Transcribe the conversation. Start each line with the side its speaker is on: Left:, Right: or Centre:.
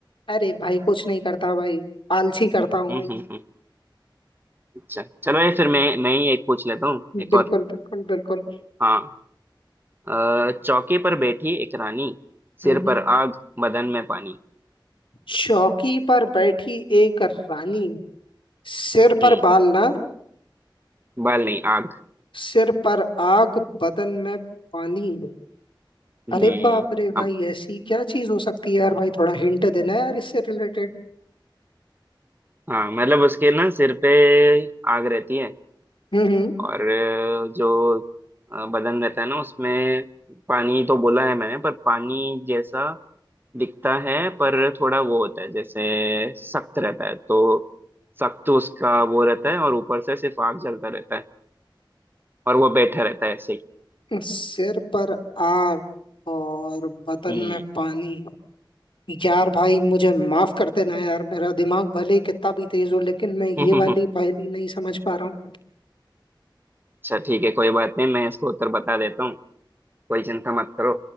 Left: अरे भाई कुछ नहीं करता भाई आलसी करता हूँ
Right: हम्म
Left: भाई
Right: हम्म हम्म। अच्छा चलो ये फिर मैं मैं ही एक पूछ लेता हूँ एक
Left: बिल्कुल
Right: और
Left: बिल्कुल बिल्कुल
Right: हाँ अ, चौकी पर बैठी एक रानी
Left: हम्म
Right: सिर
Left: हम्म।
Right: पर आग बदन में पानी
Left: चौकी पर बैठी एक रानी सिर पर
Right: हम्म
Left: बाल ना
Right: बाल नहीं आग
Left: सिर पर आग बदन में पानी
Right: हम्म
Left: अरे बाप रे भाई
Right: अब
Left: ऐसी क्या चीज हो सकती है यार भाई थोड़ा हिंट देना यार इससे रिलेटेड
Right: हाँ मतलब उसके ना सिर पे आग रहती है
Left: हम्म
Right: और अ, जो अ, बदन रहता है ना उसमें पानी तो बोला है मैंने पर पानी जैसा दिखता है पर थोड़ा वो होता है जैसे सख्त रहता है तो सख्त उसका वो रहता है और ऊपर से सिर्फ आग जलता रहता है और वो बैठा रहता है ऐसे ही
Left: हम्म। <laughs> सिर पर आग और बदन
Right: हम्म
Left: में पानी यार भाई मुझे माफ कर देना यार मेरा दिमाग भले ही कितना भी तेज हो लेकिन मैं ये
Right: हम्म
Left: वाली
Right: <laughs>
Left: पहेली नहीं समझ पा रहा हूँ
Right: अच्छा ठीक है कोई बात नहीं मैं इसको उत्तर बता देता हूँ कोई चिंता मत करो